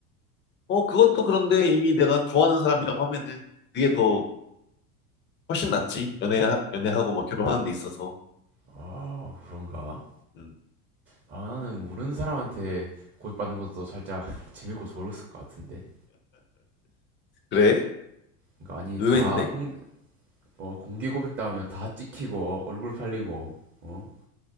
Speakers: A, on the left; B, on the right.
A: 어, 그것도 그런데 이미 내가 좋아하는 사람이라고 하면은 그게 더 훨씬 낫지. 연애 연애하고 뭐 결혼하는 데 있어서.
B: 아 그런가?
A: 음.
B: 아, 나는 모르는 사람한테 고백받는 것도 살짝 <laughs> 재밌고 좋았을 것 같은데.
A: 그래?
B: 그러니까 아니
A: 의외인데?
B: 다 홍, 어, 공개 고백 당하면 다 찍히고 어, 얼굴 팔리고 어?